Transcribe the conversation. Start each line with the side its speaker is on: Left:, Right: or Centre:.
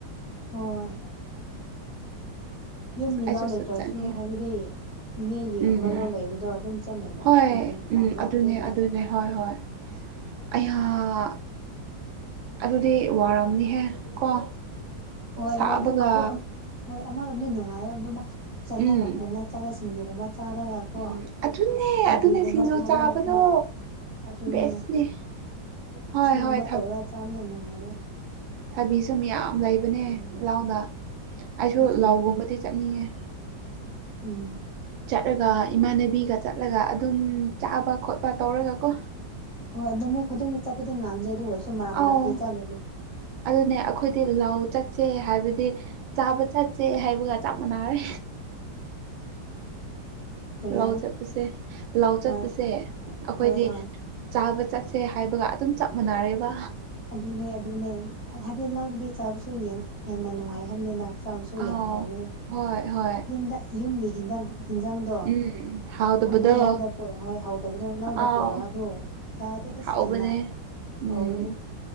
Left: ꯍꯣꯏ ꯌꯨꯝ
Right: ꯑꯁ ꯑꯩꯁꯨ
Left: ꯅꯥꯎ ꯂꯩꯇ꯭ꯔꯁꯨ
Right: ꯆꯠ ꯆꯠꯅꯤꯡꯉꯦ
Left: ꯍꯥꯏꯕꯗꯤ ꯏꯅꯦꯒꯤꯒꯨꯝꯕ
Right: ꯎꯝ
Left: ꯂꯧ ꯂꯩꯕꯗꯣ ꯑꯗꯨꯝ ꯆꯠꯂꯦꯕ
Right: ꯍꯣꯏ
Left: ꯃꯇꯦꯡ
Right: ꯎꯝ
Left: ꯄꯥꯡꯕ
Right: ꯑꯗꯨꯅꯦ
Left: ꯑꯗꯨꯒꯨꯝꯕꯗꯣ
Right: ꯑꯗꯨꯅꯦ ꯍꯣꯏ ꯍꯣꯏ ꯑꯩꯌꯥ ꯑꯗꯨꯗꯤ ꯋꯥꯔꯝꯅꯤꯍꯦ ꯀꯣ
Left: ꯍꯣꯏ <unintelligible>
Right: ꯁꯥꯕꯒ
Left: ꯍꯣꯏ ꯑꯃꯔꯣꯝꯗ ꯅꯨꯡꯉꯥꯏꯔ ꯑꯗꯨꯃ ꯆꯠꯂꯒ
Right: ꯎꯝ
Left: ꯄꯨꯜꯂ ꯆꯠꯂꯒ ꯁꯤꯡꯖꯨꯒꯨꯝꯕ ꯆꯥꯔꯒ ꯀꯣ
Right: ꯎꯝ ꯑꯗꯨꯅꯦ
Left: ꯈꯥꯕꯤꯒꯨꯝꯕ
Right: ꯑꯗꯨꯅꯦ ꯁꯤꯡꯖꯨ
Left: ꯊꯥꯔꯒꯁꯦ
Right: ꯆꯥꯕꯗꯣ
Left: ꯑꯗꯨꯅꯦ
Right: ꯕꯦꯁꯅꯦ ꯍꯣꯏ
Left: ꯑꯁꯤꯒꯨꯝꯕ
Right: ꯍꯣꯏ
Left: ꯇꯧꯔ ꯆꯥꯕꯅꯅ ꯅꯨꯡꯉꯥꯏꯔꯦ
Right: ꯊꯕꯤ ꯁꯧ ꯃꯌꯥꯝ ꯂꯩꯕꯅꯦ
Left: ꯎꯝ
Right: ꯂꯥꯎꯗ ꯑꯩꯁꯨ
Left: ꯑꯗꯨ
Right: ꯂꯥꯎꯒꯨꯝꯕꯗꯤ ꯆꯠꯅꯤꯡꯉꯦ
Left: ꯎꯝ
Right: ꯆꯠꯂꯒꯔ ꯏꯃꯥꯟꯅꯕꯤꯒ ꯆꯠꯂꯒ ꯑꯗꯨꯝ ꯆꯥꯕ ꯈꯣꯠꯄ ꯇꯧꯔꯒꯀꯣ
Left: ꯍꯣꯏ ꯄꯨꯃꯤꯠ ꯈꯨꯗꯤꯡꯒꯤ ꯆꯠꯄꯗꯤ ꯉꯥꯟꯗꯦ ꯑꯗꯨ ꯑꯣꯏꯔꯁꯨ ꯃꯔꯛ ꯃꯔꯛꯇꯤ
Right: ꯑꯧ
Left: ꯆꯠꯂꯦꯕ
Right: ꯑꯗꯨꯅꯦ ꯑꯈꯣꯏꯗꯤ ꯂꯥꯎ ꯆꯠꯁꯦ ꯍꯥꯏꯕꯗꯤ ꯆꯥꯕ ꯆꯠꯆꯦ ꯍꯥꯏꯕꯒ ꯆꯞ ꯃꯥꯟꯅꯔꯦ
Left: ꯀꯔꯤ
Right: ꯂꯥꯎ
Left: ꯍꯥꯏꯕ
Right: ꯆꯠꯄꯁꯦ ꯂꯥꯎ ꯆꯠꯄꯁꯦ
Left: ꯍꯣꯏ
Right: ꯑꯩꯈꯣꯏꯗꯤ
Left: ꯍꯣꯏ ꯍꯣꯏ
Right: ꯆꯥꯕ ꯆꯠꯁꯦ ꯍꯥꯏꯕꯒ ꯑꯗꯨꯝ ꯆꯞ ꯃꯥꯟꯅꯔꯦꯕ
Left: ꯑꯗꯨꯅꯦ ꯑꯗꯨꯅꯦ ꯍꯥꯢꯕꯗꯤ ꯂꯧꯗꯤ ꯆꯥꯕꯁꯨ ꯌꯥꯝ ꯍꯦꯟꯅ ꯅꯨꯡꯉꯥꯏ ꯍꯥꯏꯕꯅꯤꯗ ꯆꯥꯕꯁꯨ
Right: ꯑꯥꯎ
Left: ꯌꯥꯝ ꯍꯥꯎꯋꯦ
Right: ꯍꯣꯏ ꯍꯣꯏ
Left: ꯌꯨꯝꯗ ꯌꯨꯝꯒꯤ ꯍꯤꯟꯖꯥꯡ ꯍꯤꯟꯖꯥꯡꯗꯣ
Right: ꯎꯝ ꯍꯥꯎꯗꯕꯗꯣ
Left: ꯑꯃꯨꯛ ꯂꯧꯗ ꯄꯨꯔꯛ ꯍꯣꯏ ꯍꯧꯗꯕꯗꯣ ꯂꯧꯗ
Right: ꯑꯥꯎ
Left: ꯄꯨꯔꯛ ꯑꯗꯣ ꯆꯥꯗꯦ ꯑꯦꯁ
Right: ꯍꯥꯎꯕꯅꯦ
Left: ꯍꯦꯟꯅ ꯍꯧꯕꯅꯦ
Right: ꯎꯝ